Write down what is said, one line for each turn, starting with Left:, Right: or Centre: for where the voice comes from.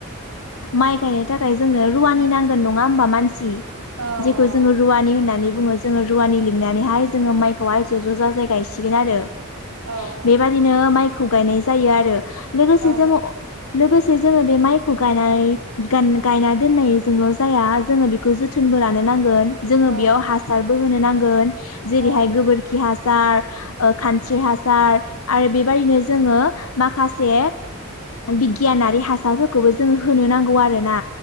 Left: माइ गायनो थाखाय जोंनो रुवानि नांगोन नङा होमबा मानसि
Right: औ
Left: जेखौ
Right: औ
Left: जोङो रुवानि होननानै बुङो जोङो रुवानि लिंनानैहाय जोङो माइखौहाय ज' ज' जाजाय गायसिगोन आरो ।
Right: औ
Left: <unintelligible> माइखौ गायनाय जायो आरो लोगोसे
Right: औ
Left: जोङो लोगोसे जोङो बे माइखौ गायनानै गान-गायना दोननायजोंल' जाया जोङो बेखौ जोथोन लानो नांगोन । जोङो
Right: औ
Left: बेयाव हासार बो होनो नांगोन जेरैहाय
Right: औ
Left: गोबोरखि हा सार खानस्रि हासार आरो बेबायदिनो जोङो माखासे बिगियानारि हासारफोरखौबो जोङो होनो नांगौ आरो ना